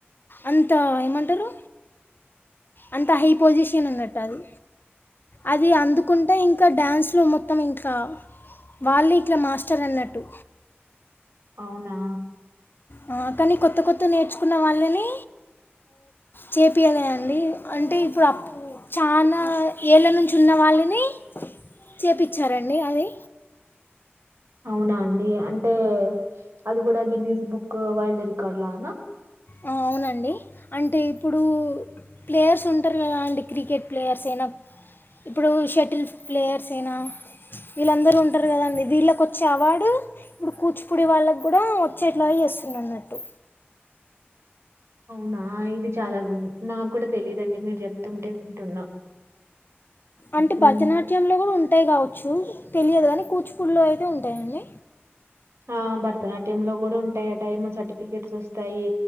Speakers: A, on the left; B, on the right.
A: అం అంత ఏమంటారు అంత హై పొజిషన్ ఉన్నట్ట అది అది అందుకుంటే ఇంకా డ్యాన్స్లో మొత్తం ఇంకా వాళ్ళిట్లా మాస్టర్ అన్నట్టు
B: ఔనా
A: ఆ కానీ కొత్త కొత్త నేర్చుకున్న వాళ్ళని చేపియలా అండి. అంటే ఇప్పుడు చాన ఏళ్ళ నుంచి ఉన్న వాళ్ళని చేపిచ్చారండి అది
B: అవునా అండి అంటే అది గుడా గిన్నిస్ బుక్ వరల్డ్ రికార్డ్లానా
A: ఆ అవునండి అంటే ఇప్పుడు ప్లేయర్స్ ఉంటరు గదా. అండి క్రికెట్ ప్లేయర్స్ అయినా ఇప్పుడు షటిల్ ప్లేయర్స్ ఐనా వీళ్ళందరూ ఉంటారు కదండి. వీళ్ళకొచ్చే అవార్డు ఇప్పుడు కూచిపూడి వాళ్ళకు కూడా వచ్చేట్లా చేస్తున్నాడు అన్నట్టు
B: అవునా ఇది చాలా నాకు కూడా తెలిదండి. మీరు చెప్తుంటే వింటున్నా.
A: అంటే
B: హ్మ్.
A: భరతనాట్యంలో కూడా ఉంటాయి కావచ్చు. తెలియదు కానీ కూచిపూడిలో అయితే ఉంటాయండి.
B: ఆ భరతనాట్యంలో కూడా ఉంటాయిట. ఏమో సర్టిఫికెట్స్ వస్తాయి.